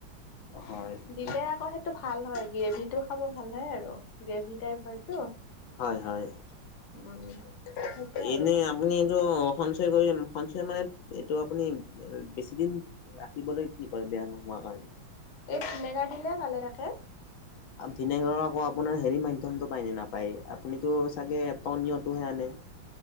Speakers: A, on the left; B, on the left.
A: হয়
B: দিলে আকৌ সে টো ভাল হয় গ্ৰেভিটো খাব ভাল হয় আৰু গ্ৰেভি টাইপ হয় অ উম
A: হয় হয়
B: সেইটোৱে আৰু
A: এনে আপুনি এইটো সঞ্চয় কৰি সঞ্চয় মানে এইটো আপুনি বেছিদিন ৰাখিবলৈ কি কৰে বেয়া নোহোৱা কাৰণে
B: এই ভিনেগাৰ দিলে ভালে থাকে
A: ভিনেগাৰৰ আকৌ আপোনাৰ হেৰি মাধ্যমটো পায়নে নাপায় আপুনিতো চাগে পনীয়টোহে আনে